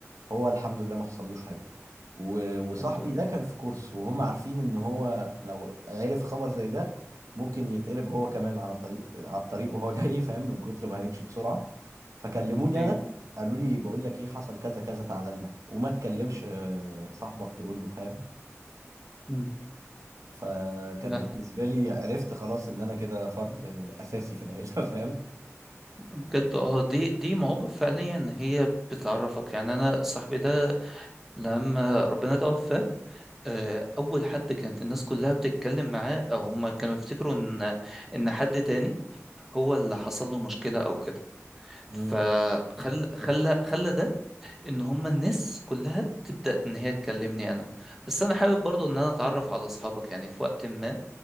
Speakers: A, on the right; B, in the centre.
A: هو الحمد لله ما حصلوش حاجه و- وصاحبي
B: الحمد لله
A: ده كان في كورس وهم عارفين ان هو لو عرف خبر زي ده ممكن يتقلب هو كمان على طريق على الطريق وهو جاي فاهم من كتر ما هيمشي بسرعه فكلموني
B: ايوه
A: انا قالوا لي بقول لك ايه حصل كذا كذا تعالى لنا وما تكلمش آه، صاحبك تقول له فاهم
B: مم.
A: فكان
B: لا
A: بالنسبه لي عرفت خلاص ان انا كده فرد اساسي في العيله <laughs> فاهم
B: بجد اه دي دي مواقف فعليا هي بتعرفك يعني انا صاحبي ده لما ربنا توفى آه، اول حد كانت الناس كلها بتتكلم معاه او هما كانوا يفتكروا ان ان حد تاني هو اللي حصل له مشكلة او كده
A: مم.
B: فخل خلى خلى ده ان هما الناس كلها تبدأ ان هي تكلمني انا بس انا حابب برضو ان انا اتعرف على اصحابك يعني في وقت ما